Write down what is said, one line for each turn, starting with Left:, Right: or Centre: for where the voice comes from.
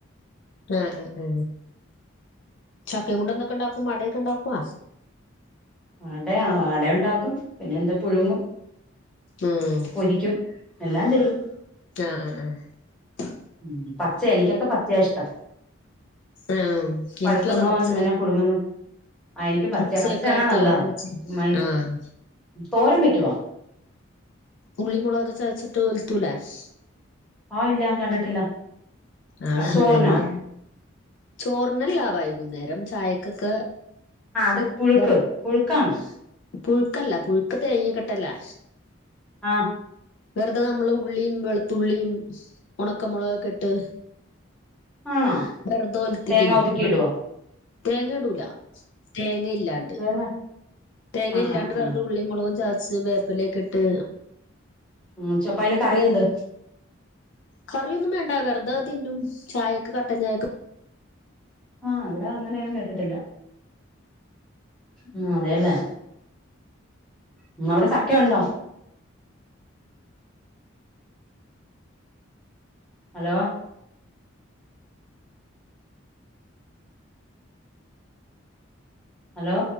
Left: ആ ആ ആ ചക്കേം കൊണ്ട ന്താ ക്കൊണ്ടാക്കും അടയൊക്കെ ഉണ്ടാക്കോ
Centre: അട അട യുണ്ടാക്കും പിന്നെ എന്താ പുഴുങ്ങും
Left: ഉം
Centre: പൊരിക്കും എല്ലാം ചെയ്യും
Left: ആഹ് ആ ആ
Centre: ഉം പച്ച എനിക്കൊക്കെ പച്ചയാ ഇഷ്ടം
Left: ആഹ്
Centre: പഴുക്കുന്നോ
Left: എനിക്കു അതാ പച്ച
Centre: പിന്നെ പുഴുങ്ങുന്നു ആ എനിക്കും പച്ചയാ
Left: പച്ചയൊക്കെ
Centre: പച്ചയാണേ നല്ലതാ
Left: തോരൻ വെച്ച്
Centre: ചുമ്മാ ഈ
Left: ആഹ്
Centre: തോരൻ വെക്കുവോ
Left: ഉള്ളിമുളകൊക്കെ ചതച്ചിട്ട് ഒലത്തൂലേ ഉ <inaudible>
Centre: ആഹ് ഇല്ല ഞാൻ കണ്ടിട്ടില്ല
Left: ആ
Centre: ചോറിനോ
Left: ഞങ്ങളാ ചോറിനല്ല വയി കുന്നേരം ചായക്കൊക്കെ
Centre: ആ അത് പുഴുക്ക്
Left: വെറ
Centre: പുഴുക്കാണോ
Left: പുഴുക്കല്ല പുഴുക്ക് തേങ്ങ ഒക്കെ ഇട്ടല്ലേ
Centre: ആഹ്
Left: വെറുതെ നമ്മള് ഉള്ളിയും വെളുത്തുള്ളിയും ഉണക്കമുളകൊക്കെ ഇട്ട്
Centre: ആണോ
Left: വെറുതെ ഒല്ത്തി
Centre: തേങ്ങ
Left: തിന്നും
Centre: ഒതുക്കി ഇടുവോ
Left: തേങ്ങ ഇടൂല തേങ്ങ ഇല്ലാണ്ട്
Centre: തേങ്ങ
Left: തേങ്ങ
Centre: ആ
Left: ഇല്ലാണ്ട്
Centre: ആ ആ
Left: വെറുത ഉള്ളിം മുളകും ചത ച്ച് വേപ്പിലയൊക്കെ ഇട്ട്
Centre: ഉം ചപ്പോ അയ്ന് കറിയന്ത്
Left: കറിയൊന്നും വേണ്ട വെറുത തിന്നും ചായ ക്ക് കട്ടൻ ചായക്ക്
Centre: ആഹ് ഇവിടെ അങ്ങനെ ഞാൻ കേട്ടിട്ടില്ല ഉം അതെല്ലേ ഉം അവിടെ ചക്കയുണ്ടോ ഹലോ ഹലോ